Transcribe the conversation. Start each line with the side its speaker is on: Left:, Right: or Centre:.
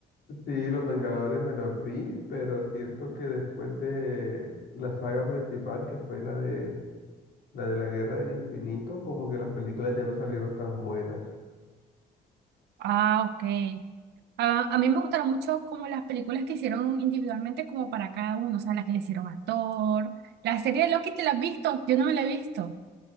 Left: Sí, Los Vengadores me los vi, pero siento que después de la saga principal, que fue la de la de la Guerra del Infinito, como que las películas ya no salieron tan buenas.
Right: Ah, ok. Ah, a mí me gustaron mucho como las películas que hicieron individualmente como para cada uno, o sea, las que le hicieron a Thor. La serie de Loki, ¿te la has visto? Yo no me la he visto.